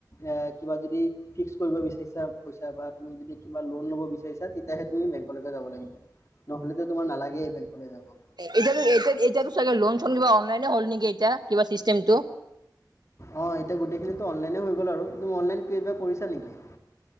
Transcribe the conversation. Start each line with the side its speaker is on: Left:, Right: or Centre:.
Left: এ কিবা যদি ফিক্স কৰিব বিচাৰিছা পইচা বা তুমি যদি কিবা লোন ল'ব বিচাৰিছা তেতিয়া তুমি বেংকলৈকে যাব লাগিব, নহলেতো তোমাৰ নালাগ বেংকলৈ যাব।
Right: এতিয়ো এতিয়া এতিয়াতো চাগে লোন চোন কিবা অনলাইনে হ'ল নেকি এতিয়া কিবা চিষ্টেমটো?
Left: অ', এতিয়া গোটেইখিনিতো অনলাইনে হৈ গ'ল আৰু, তুমি অনলাইন কিবা কৰিছা নেকি?